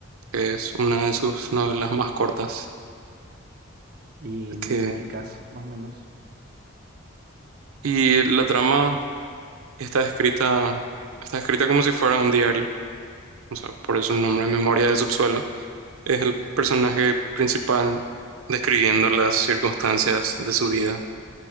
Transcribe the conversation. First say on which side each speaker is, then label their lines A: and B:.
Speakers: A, on the right; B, on the right.
A: que es una de sus novelas más cortas.
B: Y me
A: Que,
B: explicas más o menos.
A: y la trama está escrita, está escrita como si fuera un diario, o sea, por eso el nombre, Memoria de Subsuelo. Es el personaje principal describiendo las circunstancias de su vida